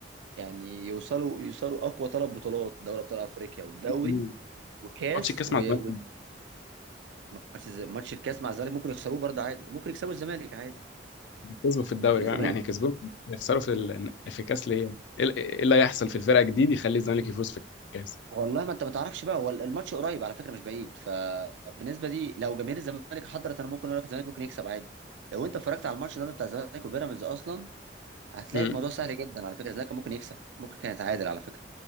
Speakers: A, on the right (about 80°); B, on the left (about 75°).
A: يعني يوصلوا يوصلوا اقوى ثلاث بطولات دوري ابطال افريقيا والدوري
B: مم.
A: وكاس
B: ماتش الكاس
A: و-
B: مع الزمالك
A: وماتش الز- ماتش الكاس مع الزمالك ممكن يخسروه برضه عادي وممكن يكسبوا الزمالك عادي
B: كسبوا في الدوري
A: لان الزمالك
B: فاهم يعني كسبوهم يخسروا في ال... في الكاس ليه؟ ايه ال- إيه اللي هيحصل في الفرقه جديد يخلي الزمالك يفوز في الكاس؟
A: والله ما انت ما تعرفش بقى هو الماتش قريب على فكره مش بعيد فبالنسبه دي لو جماهير الزمالك حضرت انا ممكن اقول لك الزمالك ممكن يكسب عادي لو انت اتفرجت على الماتش النهارده بتاع الزمالك وبيراميدز اصلا هتلاقي
B: امم
A: الموضوع سهل جدا على فكره الزمالك كان ممكن يكسب ممكن كان يتعادل على فكره